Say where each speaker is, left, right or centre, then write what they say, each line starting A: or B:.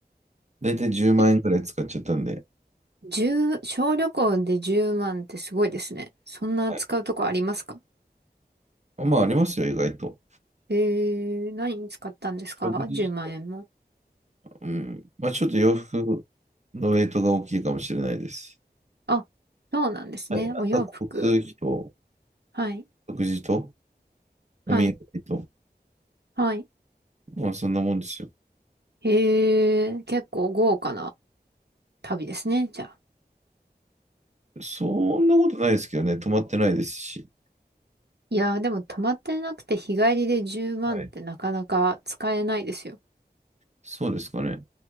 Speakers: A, on the right; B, on the right.
A: だいたい10万円くらい使っちゃったんで、
B: えじゅう小旅行で10万ってすごいですね。そんな使うとこありますか
A: はいまあありますよ、意外と。
B: ええ何に使ったんですか
A: 食事
B: ?10 万円も。
A: うん。まあ、ちょっと洋服のウェイトが大きいかもしれないです。
B: あ、そうなんですね。
A: はい。あとは交通費と、
B: お洋服。はい。
A: 食事と、お土産と、
B: はい。はい。
A: まあ、そんなもんですよ。
B: ええ結構豪華な旅ですね。じゃあ。
A: そんなことないですけどね、泊まってないですし。
B: いやー、でも溜まってなくて日帰りで10万ってなかなか使えないですよ。
A: はい。そうですかね。